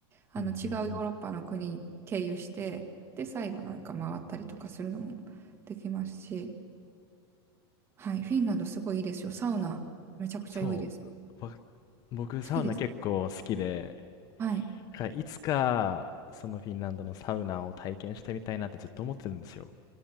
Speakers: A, on the right; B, on the left.
A: あの違うヨーロッパの国経由して、
B: うんうんうん。
A: で、最後なんか回ったりとかするのもできますし、はい、フィンランドすごいいいですよ。サウナめちゃくちゃ良いです。
B: そう。わ僕、サウナ結構好きで、
A: 好きですかはい。
B: だからいつか、そのフィンランドのサウナを体験してみたいなってずっと思ってるんですよ。